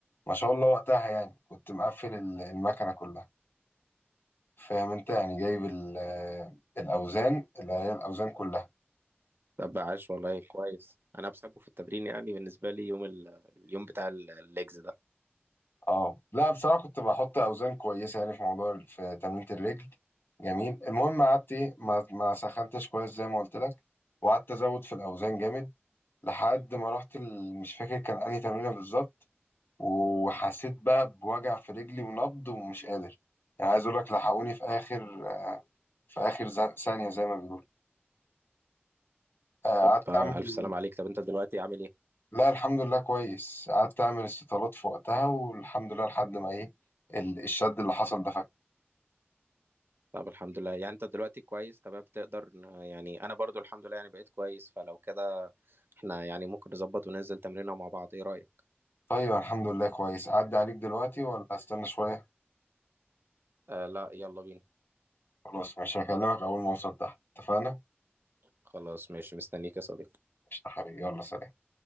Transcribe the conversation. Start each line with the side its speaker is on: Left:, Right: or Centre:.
Left: ما شاء الله وقتها يعني كنت مقفل ال- المكنة كلها فاهم انت يعني جايب ال- الاوزان اللي هي الاوزان كلها
Right: طب عاش والله كويس انا بحبه في التمرين يعني بالنسبه لي يوم ال... اليوم بتاع ال- الليجز ده
Left: اه لا بصراحة كنت بحط أوزان كويسة يعني في موضوع في تمرينة الرجل جميل المهم قعدت إيه، ما ما سخنتش كويس زي ما قلت لك وقعدت أزود في الأوزان جامد لحد ما رحت ال- مش فاكر كان أنهي تمرينة بالظبط وحسيت بقى بوجع في رجلي ونبض ومش قادر يعني عايز أقول لك لحقوني في آخر آه، في آخر ز- ثانية زي ما بيقولوا آه،
Right: طب
Left: قعدت
Right: آه،
Left: أعمل
Right: الف سلام عليك طب انت دلوقتي عامل ايه
Left: لا الحمد لله كويس قعدت أعمل استطالات في وقتها والحمد لله لحد ما إيه ال- الشد اللي حصل ده
Right: طب الحمد لله يعني انت دلوقتي كويس تمام تقدر آه، يعني انا برضو الحمد لله يعني بقيت كويس فلو كده احنا يعني ممكن نظبط وننزل تمرينها مع بعض ايه رايك
Left: ايوه الحمد لله كويس اعدي عليك دلوقتي ولا استنى شويه
Right: آه لا يلا بينا
Left: خلاص ماشي هكلمك اول ما اوصل تحت اتفقنا
Right: خلاص ماشي مستنيك يا صديقي
Left: قشطة حبيبي يلا سلام